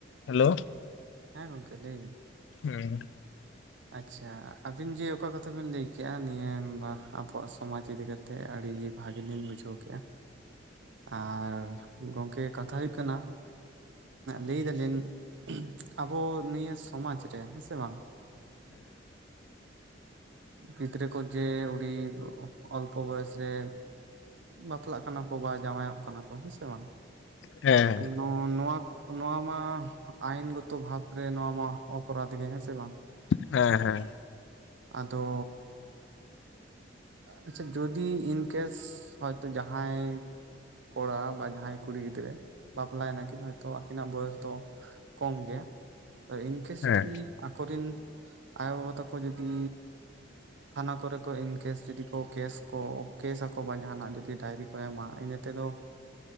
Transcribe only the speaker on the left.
ᱦᱮᱞᱳ
ᱦᱮᱸ
ᱦᱮᱸ
ᱦᱮᱸ ᱦᱮᱸ
ᱦᱮᱸ